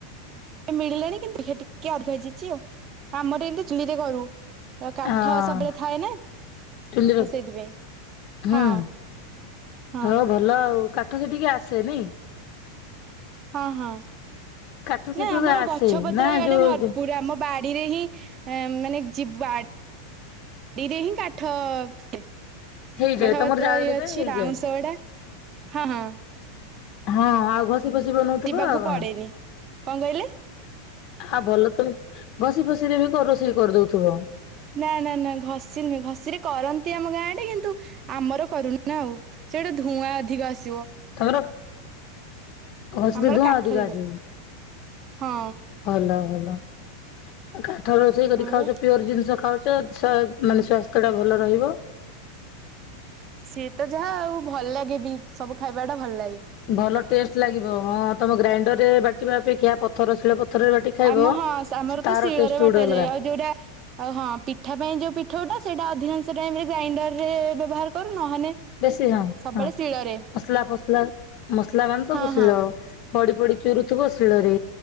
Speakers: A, on the right; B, on the left.
A: ମିଳିଲାଣି କିନ୍ତୁ ଟିକେ ଅଧିକ ହେଇଯାଇଛି ଆଉ ଆମର ଏମିତି ଚୁଲିରେ କରୁ କାଠ
B: ହଁ
A: ସବୁବେଳେ ଥାଏ ନା ତ
B: ଚୁଲିରେ
A: ସେଇଥିପାଇଁ
B: ହୁଁ
A: ହଁ ହଁ।
B: ହଉ ଭଲ ଆଉ କାଠ ସେଠିକେ ଆସେ ନାଇଁ।
A: ହଁ ହଁ।
B: କାଠ ସେଠୁ
A: ନା ଆମର
B: ଆସେ
A: ଗଛ ପତ୍ର
B: ନା
A: ଇଆଡେ
B: ଯୋଉ
A: ଭରପୁର ଆମ ବା ଆଡିରେ ହିଁ ମାନେ <inaudible> ଯିବଡିରେ ହିଁ କାଠ। ଗଠପତ୍ର
B: ହେଇଯାଏ ତମର ଜାଳେଣୀ ପାଇଁ
A: ଅଛି
B: ହେଇଯାଏ।
A: ବାଉଁଶ ଗଡା ହଁ ହଁ।
B: ହଁ ଆଉ ଘ ଶିବ ଶିବ ନଉଥିବା
A: ଯିବାକୁ
B: ଆଉ କଣ?
A: ପଡେନି। କଣ କହିଲେ
B: ଆଉ ଭଲ ତ। ଘସି ଫସି ରେ ବି କରି ରୋଷେଇ କରିଦଉଥିବ।
A: ନା ନା ନା ଘଷ ନୁହେଁ ଘଷିରେ କରନ୍ତି ଆମ ଗାଁ ଟେ କିନ୍ତୁ ଆମର କରୁନୁ ଆଉ ସେଟା ଧୂଆଁ ଅଧିକ ଆସିବ।
B: ଖବର। ହ
A: ଆମର
B: ସେତ ଧୂଆଁ
A: କାଠରେ
B: ଅଧିକ ଆସ
A: କରୁ ହଁ
B: ଭଲ ଭଲ। <unintelligible> ଥର ସେଇ କରି
A: ଆମର
B: ଖାଉଛ ପିଓର ଜିନିଷ ଖାଉଛ ମାନେ ସ୍ୱାସ୍ଥ୍ୟଟା ଭଲ ରହିବ।
A: ସିଏ ତ ଯାହା ଆଉ ଭଲ ଲାଗେ ବି ସବୁ ଖାଇବା ଟା ଭଲ ଲାଗେ।
B: ଭଲ ଟେଷ୍ଟ୍ ଲାଗିବ ହଁ ତମ ଗ୍ରାଇଣ୍ଡର ରେ ବାଟିବା ଅପେକ୍ଷା ପଥର ଶିଳ ପଥରରେ ବାଟି ଖାଇବ
A: ଆମ ହଁ ଆମର
B: ସେ ତାର
A: ତ ଶିଳରେ
B: ଟେଷ୍ଟ
A: ବାଟାାଯାଏ
B: ଗୋଟେ ଅଲଗା
A: ଆଉ ଯୋଉଟା ଆଉ ହଁ ପିଠା ପାଇଁ ଯୋଉ ପିଠ ଉଟା ସେଇଟା ଅଧିକାଂଶ ସେ ଟାଇମ୍ରେ ଗ୍ରାଇଣ୍ଡରରେ ବ୍ୟବହାର କରୁ। ନହେଲେ
B: ବେଶୀ ହଁ
A: ସବୁବେଳେ
B: ହଁ
A: ଶିଳରେ
B: ମସଲା ଫସଲା ମସଲା ମାଂସ
A: ହଁ
B: <unintelligible> ପୋଷଳ
A: ହଁ
B: ଆଉ। ପଡି ପଡି ଚୁରୁଥିବ ଶିଳରେ